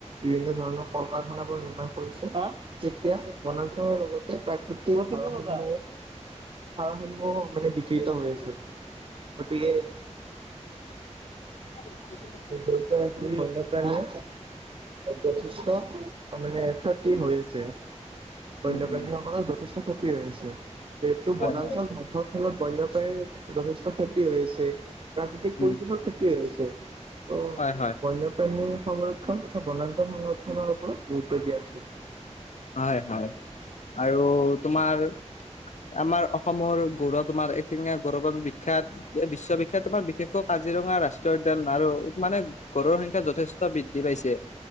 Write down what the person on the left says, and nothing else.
<inaudible>
উম উম
হয়
হয়
উম
হয় হয়
হয়, হয়, আৰু তোমাৰ আমাৰ অসমৰ গৌৰৱ তোমাৰ এশিঙিয়া গঁড়ৰ বাবে বিখ্যাত। বিশ্ববিখ্যাত তোমাৰ বিশেষকৈ কাজিৰঙা ৰাষ্ট্ৰীয় উদ্যান। আৰু মানে গঁড়ৰ সংখ্যা যথেষ্ট বৃদ্ধি পাইছে